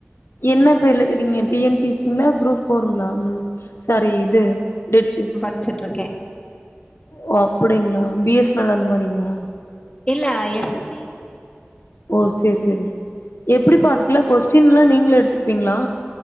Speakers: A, on the left; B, on the left.
A: என்ன பேர்ல எழுதுரிங்க டிஎன்பிசி இல்ல குரூப் ஃபோருங்களா சாரி இது டெட்
B: வச்சுட் இருக்கே
A: ஓ அப்டிங்களா பிஎஸ்னல் அந்த மாரிங்களா
B: இல்ல எஸ்எஸ்சி
A: ஓ சேரி சேரி எப்டிப்பா அதுக்கலா கொஸ்டின் எல்லா நீங்களே எடுத்துப்பீங்களா